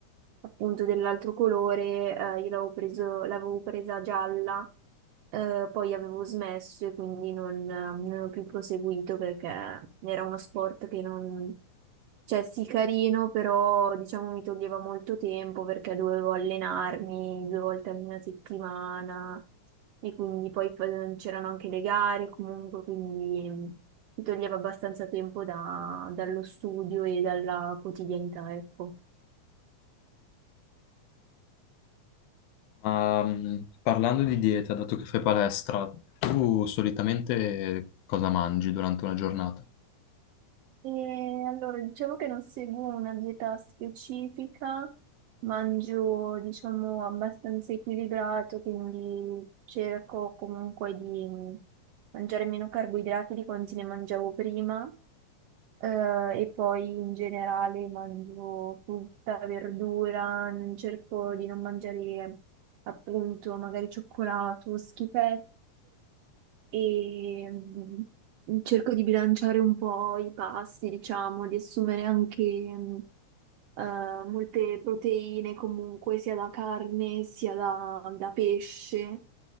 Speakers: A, on the right; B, on the left.
A: appunto dell'altro colore, eh, io l'avevo preso- l'avevo presa gialla, eh, poi avevo smesso e quindi non, non ho più proseguito perché era uno sport che non, cioè sì, carino, però diciamo mi toglieva molto tempo perché dovevo allenarmi due volte alla settimana e quindi poi fa- c'erano anche le gare comunque, quindi mm, mi toglieva abbastanza tempo da- dallo studio e dalla quotidianità, ecco.
B: Ma mh, parlando di dieta, dato che fai palestra, tu solitamente cosa mangi durante una giornata?
A: E allora, diciamo che non seguo una dieta specifica, mangio, diciamo, abbastanza equilibrato, quindi cerco comunque di mm, mangiare meno carboidrati di quanti ne mangiavo prima. Eh, e poi in generale mangio frutta, verdura, non cerco di non mangiare appunto magari cioccolato, schifette e mm, cerco di bilanciare un po' i pasti, diciamo, di assumere anche mm, eh, molte proteine comunque, sia da carne sia da, da pesce.